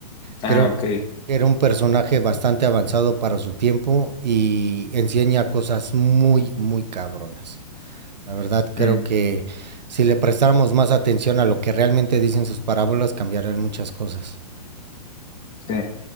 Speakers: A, on the left; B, on the right.
A: Ah,
B: Creo
A: ok.
B: que era un personaje bastante avanzado para su tiempo y enseña cosas muy, muy cabronas. La verdad, creo
A: Mm,
B: que si le prestáramos más atención a lo que realmente dicen sus parábolas, cambiarían muchas cosas.
A: sí.